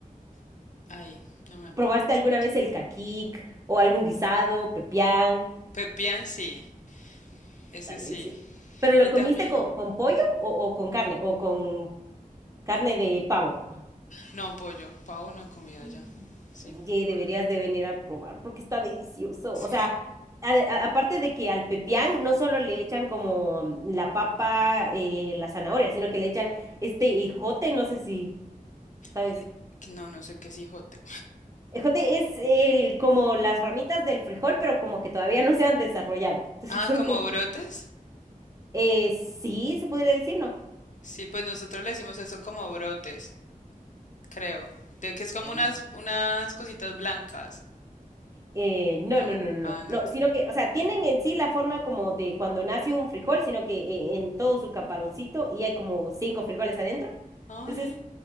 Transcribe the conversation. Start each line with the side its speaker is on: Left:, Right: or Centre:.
Left: <laughs> Ay, no me acuerdo.
Right: ¿Probaste
Left: sí.
Right: alguna vez el caquic o algún guisado, pepián?
Left: Pepián, sí, ese
Right: Está delicioso.
Left: sí.
Right: ¿Pero lo
Left: Y
Right: comiste
Left: también.
Right: con, con pollo o, o con carne? ¿O con carne de pavo?
Left: No, pollo. Pavo no comida
Right: Mm.
Left: ya. Sí,
Right: Oye,
Left: pollo.
Right: deberías de venir a probar porque está delicioso.
Left: Sí.
Right: O sea, a- a- aparte de que al pepián no solo le echan como la papa, eh, la zanahoria, sino que le echan este ejote, no sé si, ¿sabes?
Left: El- No, no sé qué es hijote.
Right: Ejote es el, como las ramitas del frijol, pero como que todavía no se han desarrollado. <laughs> Entonces
Left: Ah,
Right: son
Left: como
Right: como...
Left: brotes.
Right: Eh, sí, se podría decir, ¿no?
Left: Sí, pues nosotros le decimos eso como brotes, creo. De que es como
Right: A ver.
Left: unas, unas cositas blancas.
Right: Eh, no,
Left: No.
Right: no, no, no, no,
Left: Ah, no,
Right: no,
Left: entonces
Right: sino que,
Left: no.
Right: o sea, tienen en sí la forma como de cuando nace un frijol, sino que eh, en todo su caparoncito y hay como cinco frijoles adentro.
Left: Ay,
Right: Entonces,